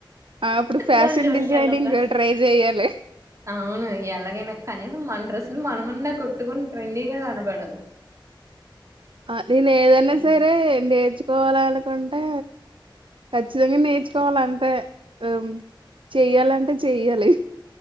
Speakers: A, on the right; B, on the right.
A: అప్పుడు ఫ్యాషన్
B: దాని జోలికెళ్ళొద్దు
A: డిజైనింగ్ ట్రై చెయ్యాలి
B: అవును ఎలాగైనా కనీసం మన డ్రెస్సులు మనమన్నా కొట్టుకొని ట్రెండీగా కనబడాలి
A: ఆ నేను ఏదన్న
B: అమ్మ
A: సేరే నేర్చుకో కోవాలనుకుంటే ఖచ్చితంగా నేర్చుకోవాల అంతే హమ్ చెయ్యాలంటే చెయ్యాలి